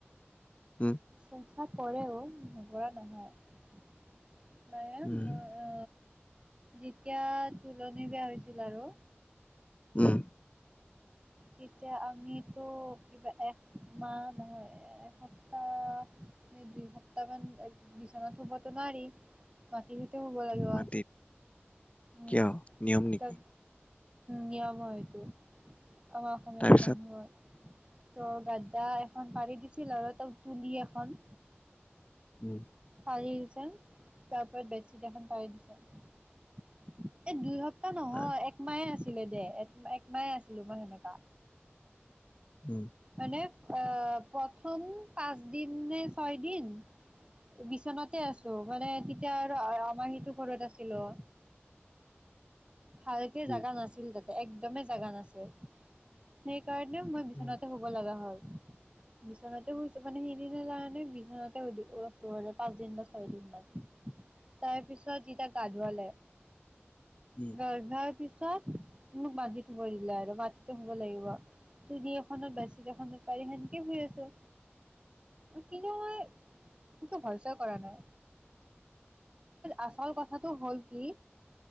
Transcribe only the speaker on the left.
উম
উম
উম।
মাটিত
কিয় নিয়ম নেকি?
তাৰপিছত
উম।
তাৰ
উম।
উম,
উম,
উম,